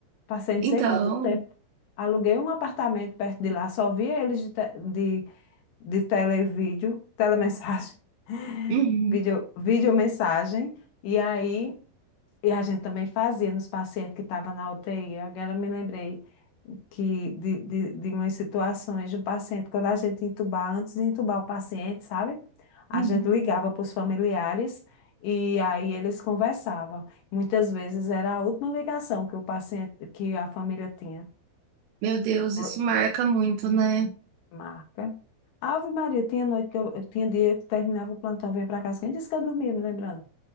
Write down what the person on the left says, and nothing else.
Passei não
sei quanto tempo. Aluguei um apartamento perto de lá, só via eles de, te- de, de televídeo, telemessagem,
<laughs> vídeo, videomessagem. E aí E a gente também fazia nos pacientes que estavam na UTI. Agora eu me lembrei que de, de, de umas situações de um paciente, quando a gente entubar, antes de entubar o paciente, sabe? A
gente ligava para os familiares e aí eles conversavam. Muitas vezes era a última ligação que o paciente, que a família tinha.
Foi.
Marca. Ave Maria, tinha noite que eu, tinha dia que terminava o plantão, vinha para casa. Quem disse que eu dormia, me lembrando?